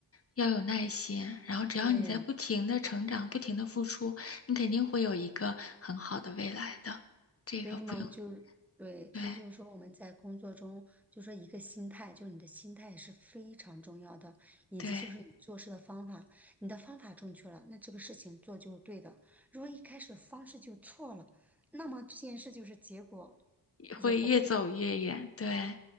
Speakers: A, on the left; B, in the centre.
A: 要有耐心。然后只要你在不停的成长、
B: 对，
A: 不停的付出，你肯定会有一个很好的未来的。这个不用，
B: 所以嘛，就是对，所以就是说我们在工作中，
A: 对
B: 就说一个心态，就是你的心态是非常重要的，以及就是你做事的方法，
A: 对，
B: 你的方法正确了，那这个事情做就是对的。如果一开始方式就错了，那么这件事就是结果也不会。
A: 会越走越远。对，